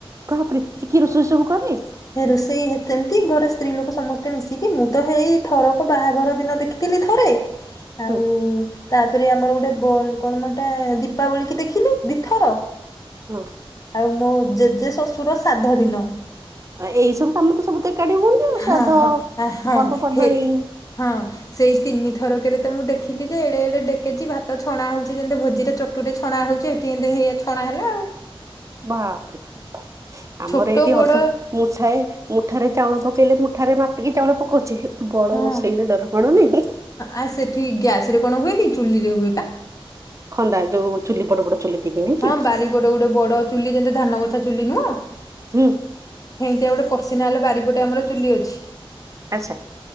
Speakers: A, on the right (about 30°); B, on the left (about 35°).
A: ବାପରେ ଏତିକି ରୋଷେଇ ସବୁ କିଏ କରେ?
B: ହେ ରୋଷେଇ ସେମିତି ଘରେ ସ୍ତ୍ରୀ ଲୋକ ସମସ୍ତେ ମିଶିକି ମୁଁ ତ ହେଇ ଥରକ ବାହାଘର ଦିନ ଦେଖିଥିଲି ଥରେ। ହ
A: ହଁ।
B: ହଁ। ତାପରେ ଆମର ଗୋଟେ ବ କଣ ମଏଟା ଦୀପାବଳି କି ଦେଖିଲି ଦିଇଥର।
A: ହଁ।
B: ଆଉ ମୋ ଜେଜେ ଶ୍ୱଶୁର ସାଧ ଦିନ।
A: ଏଇ ସବୁ କାମ ତ ସବୁ ତ ଏକାଠି ହୁଅନ୍ତି ଆଉ
B: ହଁ
A: ଶଵାଦ୍ଧ
B: ହଁ ଆ, ହଁ
A: ପର୍ବପର୍ବାଣୀ।
B: ହେ ହଁ। ସେଇ ତିନି ଥରକରେ ତ ମୁଁ ଦେଖିଲି ଯେ ଏଡେ ଏଡେ ଡକଚି ଭାତ ଛଣା ହୋଉ ଚିଯେ ଭୋଜିରେ ଚଟୁରେ ଛଣା ହେଉଚି ଏଠି ଇଏ ଛଣା ହେଲା ଆଉ।
A: ବାପରେ ଆମର
B: ଛୋଟ
A: ଏଇଠି
B: ବଡ
A: ଅଧକା ମୁଠାଏ ମୁଠାରେ ଚାଉଳ ପକେଇଲେ ମୁଠାରେ ମାପିକି ଚାଉଳ ପକଉଚି। ବଡ
B: ହଁ
A: ରୋଷେଇଲେ ଡର ମାଡୁନି?
B: ଆ ସେଠି ଗ୍ୟାସରେ କଣ ହୁଏ କିି ଚୁଲିରେ ହୁଏ ବା।
A: ଖନ୍ଦା ଯୋଉ ଚୁଲି ବଡ ବଡ ଚୁଲି। ଦେଇକି ନାଇଁ
B: ହଁ
A: କି
B: ବାରି ଗୋଟେ ଗୋଟେ ବଡ ଚୁଲି ଯେନ୍ତେ ଧାନ ବସା ଚୁଲି ନୁଉଁ।
A: ହୁଁ
B: ହେଇନ୍ତିଆ ଗୋଟେ ପର୍ଶନାଲ୍ ବାରିପଟେ ଆମର ଚୁଲି ଅଛି।
A: ଆଛା।